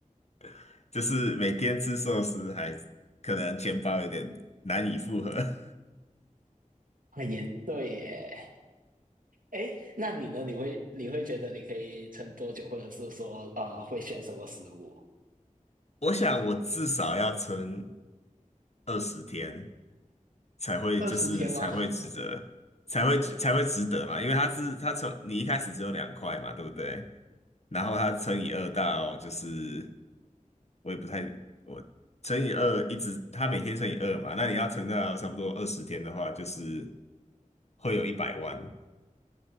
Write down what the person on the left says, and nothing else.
<laughs> 就是每天吃寿司还可能钱包有点难以负荷。<laughs>
我想我至少要撑二十天。才会就是才会值得，
才会才会值得嘛，因为它是它从你一开始只有两块嘛，对不对？然后它乘以二到就是我也不太我乘以二一直它每天乘以二嘛，那你要乘到差不多二十天的话，就是会有一百万